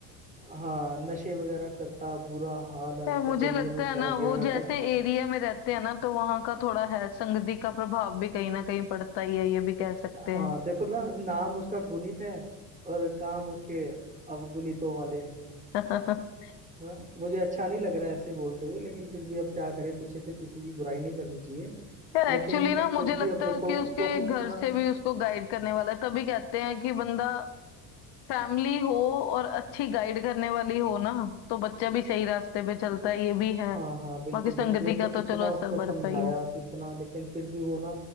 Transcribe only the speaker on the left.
है,
मुझे
लगता
है ना वो
जैसे
एरिया में रहते हैं ना तो वहां का थोड़ा है संगति का प्रभाव भी कहीं ना कहीं पड़ता ही है ये भी कह सकते
हैं
<laughs>
यार
एक्चुअली ना मुझे
लगता
है कि उसके
घर से भी उसको गाइड करने वाला है तभी कहते हैं कि बंदा फैमिली हो और अच्छी गाइड करने वाली हो ना तो बच्चा भी सही रास्ते पे चलता है ये भी है
बाकी संगति
का तो
चलो असर
पड़ता
ही है